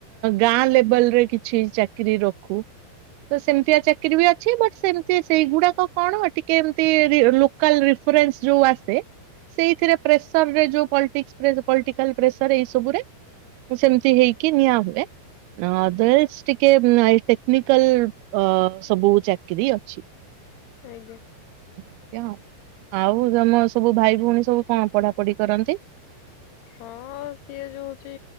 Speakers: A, on the right; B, on the left.
A: ଗାଁ ଲେବଲ୍ ରେ କିଛି ଚାକିରି ରଖୁ। ତ ସେମିତିଆ ଚାକିରି ବି ଅଛି। ବଟ୍ ସେମିତି ସେଇଗୁଡାକ କଣ ଟିକେ ଏମତି ଲୋକାଲ୍ ରି ରେଫରେନ୍ସ ଯୋଉ ଆସେ ସେଇଥିରେ ପ୍ରେସର ରେ ଯୋଉ ପଲ୍ଟିକ୍ସ ପଲିଟିକାଲ ପ୍ରେସର ଏଇ ସବୁରେ ମୁଁ ସେମତି ହେଇକି ନିଆଁ ହୁଏ। ନ ଓଦର୍ସ ଟିକେ ଟେକ୍ନିକାଲ୍ ଅ ସବୁ ଚା କିରି ଅଛି। ଏମତି
B: ଆଜ୍ଞା।
A: ଆଉ। ଆଉ ତମ ସବୁ ଭାଇ ଭଉଣୀ ସବୁ କଣ ପଢା ପଢି କରନ୍ତି?
B: ହଁ ସିଏ ଯୋଉ ହଉଚି